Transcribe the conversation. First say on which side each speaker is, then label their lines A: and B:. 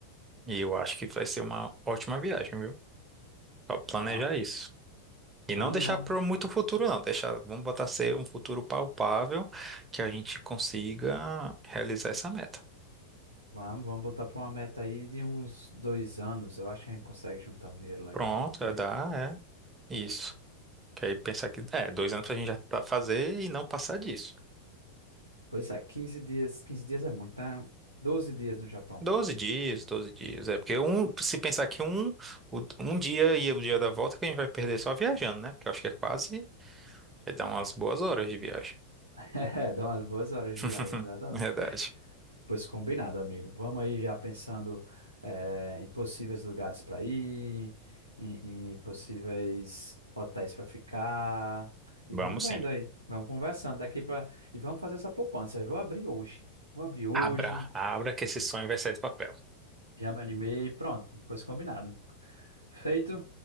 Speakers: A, on the right; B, on the right.
A: E eu acho que vai ser uma ótima viagem, viu? Só planejar
B: Não,
A: isso. E
B: vamos,
A: não deixar
B: vamos,
A: para muito futuro, não. Deixar, vamos botar ser um futuro palpável que a gente consiga realizar essa meta.
B: vamos, vamos botar para uma meta aí de uns dois anos. Eu acho que a gente consegue juntar um dinheiro legal
A: Pronto,
B: para
A: é, dá,
B: ir.
A: é isso. Que aí pensar que é, dois anos pra gente já tá fazer e não passar disso.
B: Pois é, 15 dias, Quinze dias é muito, né? 12 dias no Japão.
A: doze dias, doze dias. É porque um, se pensar que um, o- um dia e o dia da volta que a gente vai perder só viajando, né? Porque eu acho que é quase, vai dar umas boas horas de viagem.
B: <laughs> É, dá umas boas horas de
A: <laughs>
B: viagem, exatamente.
A: Verdade.
B: Pois combinado, amigo. Vamos aí já pensando eh, em possíveis lugares para ir, em, em possíveis hotéis para ficar. E
A: Vamos
B: vamos vendo
A: sim.
B: aí. Vamos conversando daqui para. E vamos fazer essa poupança. Eu vou abrir hoje. Vou abrir hoje.
A: Abra, abra que esse sonho vai sair do papel.
B: Já me animei. Pronto. Pois combinado. Feito?